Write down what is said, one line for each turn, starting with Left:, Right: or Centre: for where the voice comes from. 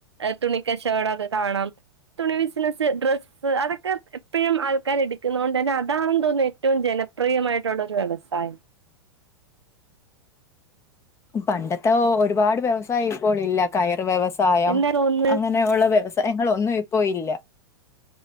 Right: ഏഹ് തുണി കച്ചവടക്കെ കാണാം. തുണി ബിസിനസ് ഡ്രസ് അതൊക്കെ എപ്പഴും ആൾക്കാര് എടുക്കുന്നോണ്ടന്നെ അതാണ് തോന്നുന്നു ഏറ്റവും ജനപ്രിയമായിട്ടുള്ള ഒരു വ്യവസായം.
Left: പണ്ടത്തെ ഓഹ് ഒരുപാട് വ്യവസായം ഇപ്പോൾ ഇല്ല. കയർ വ്യവസായം
Right: എന്താ തോന്നുന്നത്
Left: അങ്ങനെയുള്ള വ്യവസായങ്ങളൊന്നും ഇപ്പോ ഇല്ല.